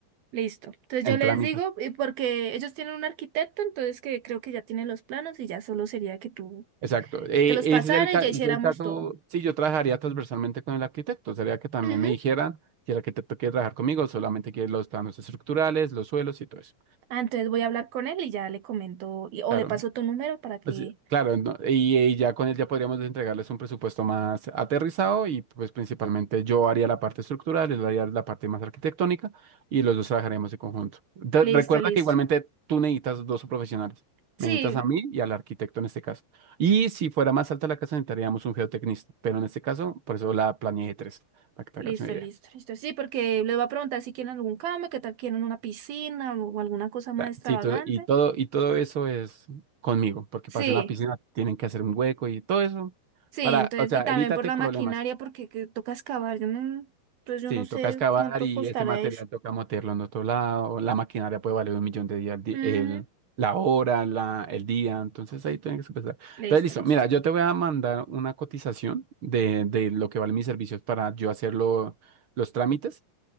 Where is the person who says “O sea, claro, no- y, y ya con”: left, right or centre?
Right